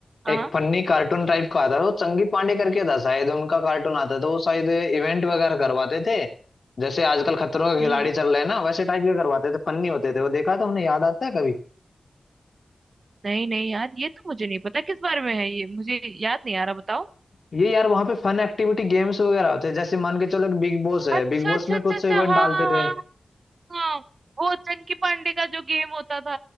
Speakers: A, on the right (about 60°); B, on the left (about 65°).
A: हाँ
B: एक
A: हाँ,
B: फनी कार्टून टाइप का आता था वो चंगी पांडे करके था शायद उनका कार्टून आता था तो वो शायद इवेंट वगैरह करवाते थे जैसे आजकल खतरों के
A: हम्म
B: खिलाड़ी
A: हम्म।
B: चल रहे हैं ना वैसे टाइप के करवाते थे फनी होते थे वो देखा था उन्हें याद आता है कभी
A: नहीं नहीं यार ये तो मुझे नहीं पता किस बारे में है ये मुझे याद नहीं आ रहा बताओ
B: ये यार वहां पे फन एक्टिविटी गेम्स वगैरह होते हैं जैसे मान के चलो एक बिग बॉस है
A: अच्छा
B: बिग बॉस
A: अच्छा
B: में
A: अच्छा
B: कुछ
A: अच्छा
B: इवेंट
A: हाँ
B: डालते
A: हाँ
B: थे
A: हाँ हाँ वो चंकी पांडे का जो गेम होता था